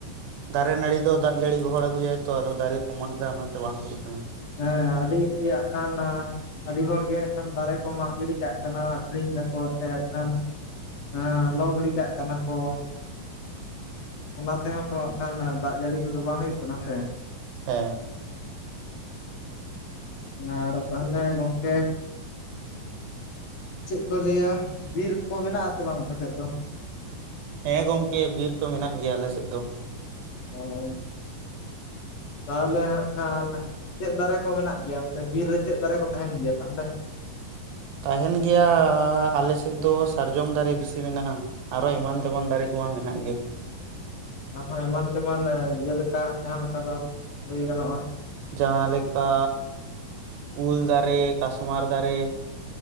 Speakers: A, on the right (about 85°); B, on the left (about 60°).
A: ᱫᱟᱨᱮ ᱱᱟᱹᱲᱤ ᱫᱚ ᱫᱟᱜ ᱡᱟᱹᱲᱤ ᱜᱚᱦᱚᱲ ᱟᱜᱩᱭᱟᱭ ᱛᱚ ᱟᱫᱚ ᱫᱟᱨᱮ ᱠᱚ ᱢᱟᱜ ᱮᱫᱟ ᱚᱱᱟᱛᱮ ᱵᱟᱝ ᱦᱩᱭᱩᱜ ᱠᱟᱱᱟ
B: ᱦᱮᱸ ᱟᱹᱰᱤ ᱟᱜ ᱠᱷᱟᱱ ᱟᱹᱰᱤ ᱦᱚᱲᱜᱮ ᱮᱠᱷᱟᱱ ᱫᱟᱨᱮ ᱠᱚ ᱢᱟᱜ ᱜᱤᱰᱤ ᱠᱟᱜ ᱠᱟᱱᱟ ᱟᱠᱷᱨᱤᱧ ᱫᱟᱠᱚ ᱥᱮ ᱮᱠᱷᱟᱱ ᱦᱮᱸ ᱞᱚᱜᱽ ᱜᱤᱲᱤ ᱠᱟᱜ ᱠᱟᱱᱟ ᱠᱚ ᱚᱱᱟ ᱛᱮᱦᱚᱸ ᱠᱚ ᱠᱷᱟᱱ ᱫᱟᱜ ᱡᱟᱹᱲᱤ ᱠᱚᱫᱚ ᱵᱟᱝ ᱦᱩᱭᱩᱜ ᱠᱟᱱᱟ ᱥᱮ
A: ᱦᱮᱸ
B: ᱟᱨ ᱛᱟᱦᱞᱮ ᱜᱚᱝᱠᱮ ᱪᱮᱫ ᱠᱚ ᱞᱟᱹᱭᱟ ᱵᱤᱨ ᱠᱚ ᱢᱮᱱᱟᱜ ᱟᱥᱮ ᱵᱟᱝ ᱟᱯᱮ ᱥᱮᱫ ᱫᱚ
A: ᱦᱮᱸ ᱜᱚᱢᱠᱮ ᱵᱤᱨ ᱠᱚ ᱢᱮᱱᱟᱜ ᱜᱮᱭᱟ ᱟᱞᱮ ᱥᱮᱫ ᱫᱚ
B: ᱚᱻᱚ ᱛᱟᱦᱚᱞᱮ ᱦᱟᱸᱜ ᱠᱷᱟᱱ ᱪᱮᱫ ᱫᱟᱨᱮ ᱠᱚ ᱢᱮᱱᱟᱜ ᱜᱮᱭᱟ ᱚᱱᱛᱮ ᱵᱤᱨ ᱨᱮ ᱪᱮᱫ ᱫᱟᱨᱮ ᱠᱚ ᱛᱟᱦᱮᱱ ᱜᱮᱭᱟ ᱛᱟᱦᱚᱞᱮ
A: ᱛᱟᱦᱮᱱ ᱜᱮᱭᱟ ᱟᱞᱮ ᱥᱮᱫ ᱫᱚ ᱥᱟᱨᱡᱚᱢ ᱫᱟᱨᱮ ᱵᱮᱥᱤ ᱢᱮᱱᱟᱜᱼᱟ ᱟᱨᱚ ᱮᱢᱟᱱ ᱛᱮᱢᱟᱱ ᱫᱟᱨᱮ ᱠᱚ ᱢᱮᱱᱟᱜ ᱜᱮ
B: ᱟᱨᱦᱚᱸ ᱮᱢᱟᱱ ᱛᱮᱢᱟᱱ ᱡᱮᱞᱮᱠᱟ ᱡᱟᱦᱟᱸ ᱞᱮᱠᱟ ᱫᱚ ᱞᱟᱹᱭ ᱜᱟᱱᱚᱜᱼᱟ
A: ᱡᱟᱦᱟᱸᱞᱮᱠᱟ ᱩᱞ ᱫᱟᱨᱮ ᱫᱟᱨᱮ ᱠᱟᱥᱢᱟᱨ ᱫᱟᱨᱮ